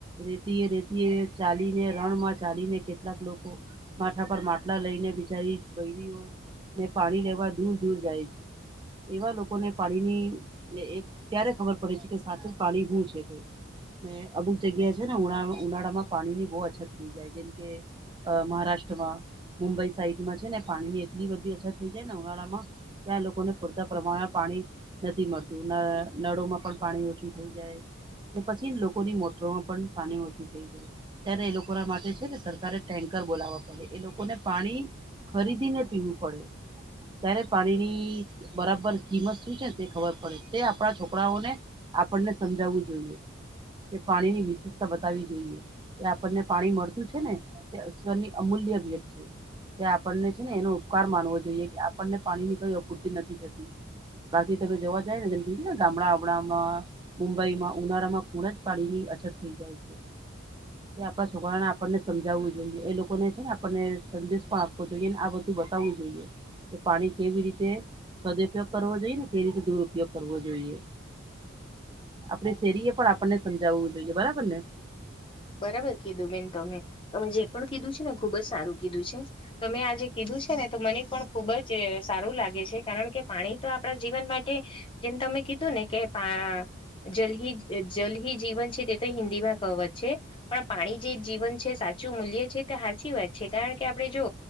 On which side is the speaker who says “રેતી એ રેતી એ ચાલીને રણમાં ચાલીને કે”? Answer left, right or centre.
Right